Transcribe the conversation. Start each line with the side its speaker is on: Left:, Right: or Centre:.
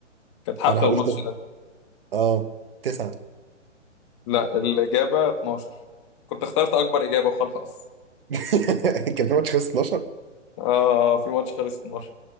Left: كانت حفله
Right: فانا هقول
Left: الماتش
Right: تسعه
Left: ده
Right: اه تسعه
Left: لا الإجابة 12 كنت اخترت أكبر إجابة وخلاص
Right: <laughs> كان في ماتش خلص 12
Left: آه في ماتش خلص 12